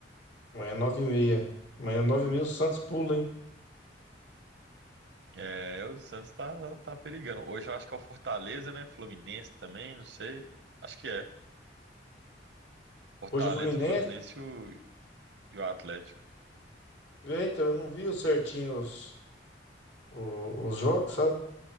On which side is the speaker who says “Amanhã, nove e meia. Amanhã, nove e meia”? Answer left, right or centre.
Left